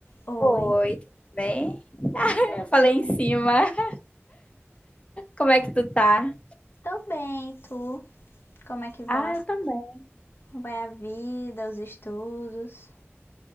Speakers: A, on the left; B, on the left.
A: Oi,
B: Oi, tudo bem?
A: tô
B: Eu falei
A: bem.
B: em cima. <laughs> Como é que tu tá?
A: Tô bem, e tu? Como é que vão
B: Ah,
A: as...
B: eu também.
A: vai a vida, os estudos?